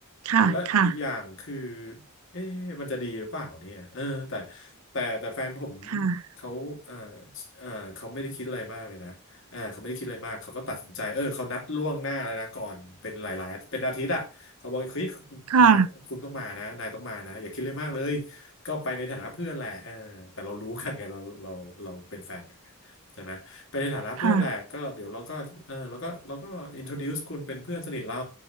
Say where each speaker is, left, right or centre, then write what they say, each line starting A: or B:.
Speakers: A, on the right; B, on the left.
A: ค่ะค่ะ
B: และอีกอย่างคือเอ๊ะมันจะดีหรือเปล่าเนี่ยเออแต่แต่แต่แฟนผม
A: ค่ะ
B: เขาเออเออเขาไม่ได้คิดอะไรมากเลยนะอ่าเขาไม่ได้คิดอะไรมากเขาก็ตัดสินใจเออเขานัดล่วงหน้าเลยนะก่อนเป็นหลายๆเป็นอาทิตย์อ่ะเขาบอกเฮ้ย
A: ค่ะ
B: นายคุณต้องมานะนายต้องมานะอย่าคิดเลยมากเลยก็ไปในฐานะเพื่อนแหละเออแต่เรารู้กันไงเราเราเราเป็นแฟนกันไงใช่ไหม เป็นในฐานะเพื่อนแหละก็เดี๋ยวเราก็เออเราก็เราก็
A: ค่ะ
B: introduce คุณเป็นเพื่อนสนิทเรา